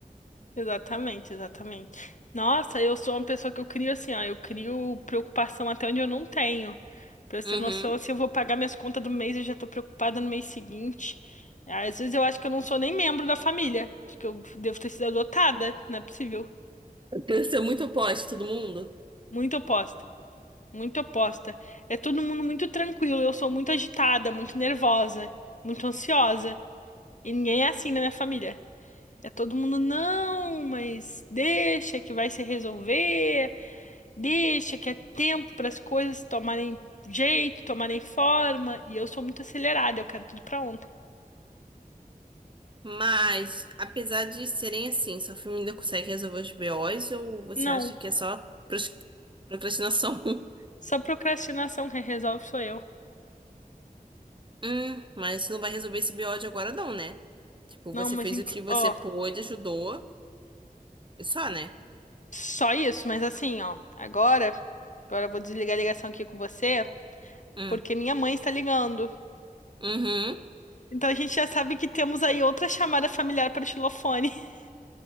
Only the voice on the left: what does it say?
Exatamente, exatamente. Nossa, eu sou uma pessoa que eu crio assim, ó, eu crio preocupação até onde eu não tenho. Pra você
ter noção, assim, eu vou pagar minhas contas do mês, eu já tô preocupada no mês seguinte. Às vezes eu acho que eu não sou nem membro da família. Acho que eu devo ter sido adotada, não é possível.
Muito oposta, muito oposta. É todo mundo muito tranquilo, eu sou muito agitada, muito nervosa, muito ansiosa. E ninguém é assim na minha família. É todo mundo, não, mas deixa que vai se resolver. Deixa que é tempo para as coisas tomarem jeito, tomarem forma, e eu sou muito acelerada, eu quero tudo pra ontem.
Não,
só procrastinação quem resolve sou eu.
Não,
mas
inclu-
ó,
só isso, mas assim, ó, agora, agora eu vou desligar a ligação aqui com você,
porque minha mãe está ligando.
Então a gente já sabe que temos aí outra chamada familiar para o xilofone. <laughs>